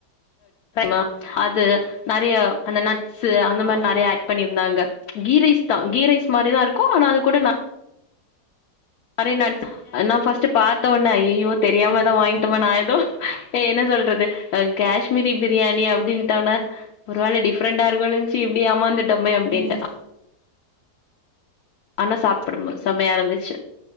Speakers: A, on the left; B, on the right.
A: ஆ அது நெறையா அந்த நட் ஸு அந்த மாரி
B: ஆமா
A: நெறைய ஆட் பண்ணிருந்தாங்க கீ ரைஸ்தா கீ ரைஸ் மாரி தா இருக்கும் ஆனா அது கூட நட் மாரி நட்ஸ் நா ஃபஸ்ட்டு பாத்தொன்னே ஐய்யய்யோ தெரியாம
B: ஓகே
A: எதோ வாங்கிட்டோமா நா எதோ ஏ என்ன சொல்றது ஆ காஷ்மீரி பிரியாணி அப்டின்ட்டோன்னே ஒரு வேள டிஃப்ரெண்டா இருக்குன்னு நெனச்சு இப்டி ஏமாந்துட்டோமே அப்டின்ட்டு
B: ம்
A: ஆனா சாப்டும்போது செமையா இருந்துச்சு